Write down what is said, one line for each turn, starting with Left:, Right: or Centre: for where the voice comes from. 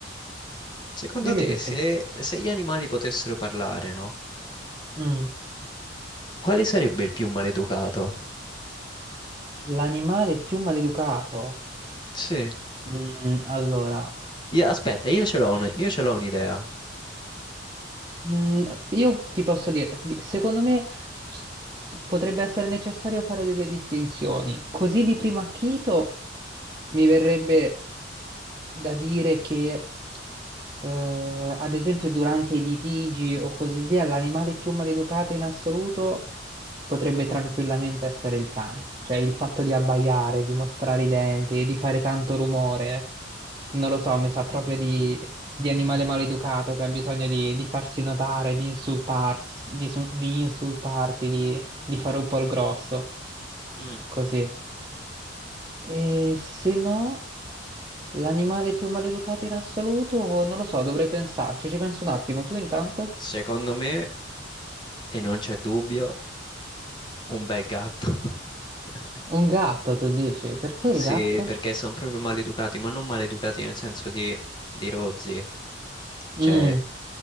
Left: secondo
Right: dimmi
Left: te
Right: tutto.
Left: se, se gli animali potessero parlare, no?
Right: Mm.
Left: Quale sarebbe il più maleducato?
Right: L'animale più maleducato?
Left: Sì.
Right: Mm, allora,
Left: Io- aspetta, io ce l'ho una- io ce l'ho un'idea.
Right: Mm, io ti posso dire, di- secondo me s- potrebbe essere necessario fare delle distinzioni. Così di primo acchito, mi verrebbe da dire che, eh, ad esempio, durante i litigi o così via, l'animale più maleducato in assoluto potrebbe tranquillamente essere il cane. Cioè il fatto di abbaiare, di mostrare i denti, di fare tanto rumore, non lo so, mi sa proprio di, di animale maleducato che ha bisogno di, di farsi notare, di insultarsi, di, su- di insultarti, di, di fare un po' il grosso,
Left: Mm.
Right: così. E se no... L'animale più maleducato in assoluto? Non lo so, dovrei pensarci. Ci penso un attimo. Tu intanto?
Left: Secondo me, e non c'è dubbio, un bel gatto. <laughs>
Right: Un gatto, tu dici. Perché
Left: Sì,
Right: il gatto?
Left: perché sono proprio maleducati, ma non maleducati nel senso di, di rozzi,
Right: Mm.
Left: cioè